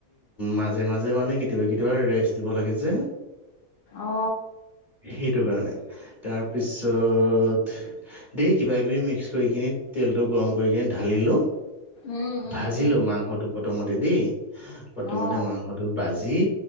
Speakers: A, on the left; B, on the left.
A: মাজে মাজে মানে কেতিয়াবা কেতিয়াবা ৰেষ্ট দিব লাগে যে।
B: অ
A: সেইটো কাৰণে। তাৰপিছত, ঢেৰ কিবা কিবি মিক্স কৰি কিনি তেলটো গৰম কৰি কিনে ঢালিলো।
B: উম উম
A: ভাজিলো
B: উম
A: মাংসটো প্ৰথমত তেদি প্ৰথমতে
B: অ
A: মাংসটো বাজি